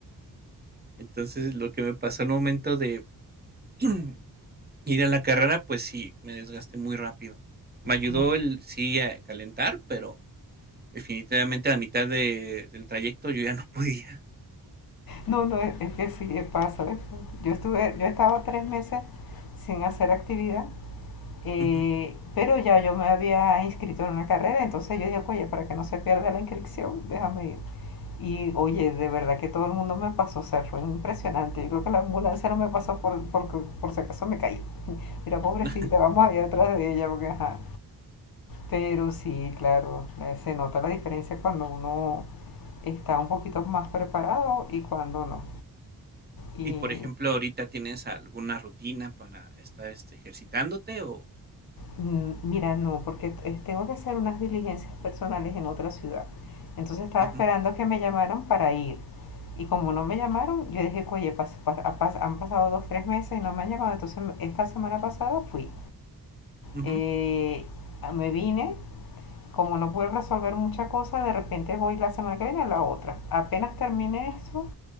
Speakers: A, on the right; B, on the left.
A: Entonces, lo que me pasó al momento de <clears throat> ir a la carrera, pues sí, me desgasté muy rápido. Me ayudó
B: claro.
A: el sí a calentar, pero Definitivamente, a mitad de del trayecto yo ya no podía.
B: No, no, es, que sí, eh, pasa. Yo estuve, yo estaba tres meses sin hacer actividad, eh,
A: Ujú.
B: pero ya yo me había inscrito en una carrera, entonces yo dije, oye, para que no se pierda la inscripción, déjame ir. Y oye, de verdad que todo el mundo me pasó, o sea, fue impresionante. Yo creo que la ambulancia no me pasó por, por, por si acaso me caí. <laughs> Mira, pobrecita,
A: <laughs>
B: vamos a ir atrás de ella, porque ajá. Pero sí, claro, eh, se nota la diferencia cuando uno está un poquito más preparado y cuando no. Y
A: Y, por ejemplo, ahorita, ¿tienes alguna rutina para estar, este, ejercitándote o?
B: mm, Mira, no, porque eh, tengo que hacer unas diligencias personales en otra ciudad. Entonces estaba
A: Ujú,
B: esperando que me llamaran para ir. Y como no me llamaron, yo dije, oye, pas- pas- ha pas- han pasado dos, tres meses y no me han llamado. Entonces m- esta semana pasada fui.
A: ujú,
B: Eh, me vine, como no pude resolver mucha cosa, de repente voy la semana que viene a la otra. Apenas terminé eso,